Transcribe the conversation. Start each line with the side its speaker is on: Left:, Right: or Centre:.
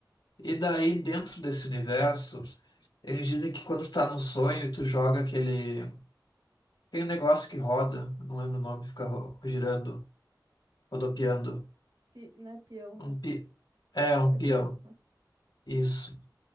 Left: E daí, dentro desse universo, eles dizem que quando tu tá num sonho e tu joga aquele Tem um negócio que roda, não lembro o nome, fica ro- girando, rodopiando.
Right: pi, não é peão, né?
Left: Um pi... É, um
Right: É peão?
Left: peão.
Right: Ah,
Left: Isso.